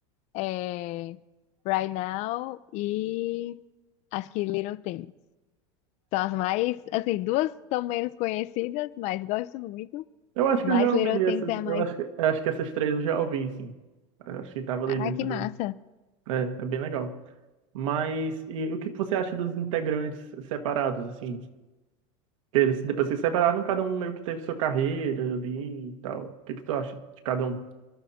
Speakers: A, on the left (about 45°); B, on the right (about 85°).
A: é, Right Now e acho que Little Things. São as mais, assim, duas são menos conhecidas, mas gosto muito.
B: Eu acho
A: Mas
B: que eu já ouvi
A: Little Things
B: essas,
A: é a mais.
B: eu acho que, eu acho que essas três eu já ouvi, sim. Eu acho que estava ali
A: Ah,
B: dentro
A: que
B: do...
A: massa!
B: É, é bem legal. Mas, e o que que você acha dos integrantes separados, assim? Eles depois se separaram, cada um meio que teve sua carreira ali e tal. O que que tu acha de cada um?